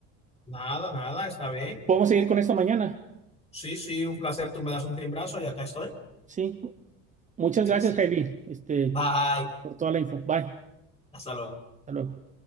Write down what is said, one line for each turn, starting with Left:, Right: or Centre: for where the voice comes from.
Left: Nada, nada, está bien.
Right: Podemos seguir con esto mañana.
Left: Sí, sí, un placer. Tú me das un timbrazo y acá estoy.
Right: Sí. Muchas
Left: Sí,
Right: gracias,
Left: sí.
Right: Javi, este,
Left: Bye.
Right: por toda la info. Bye.
Left: Hasta luego.
Right: Hasta luego.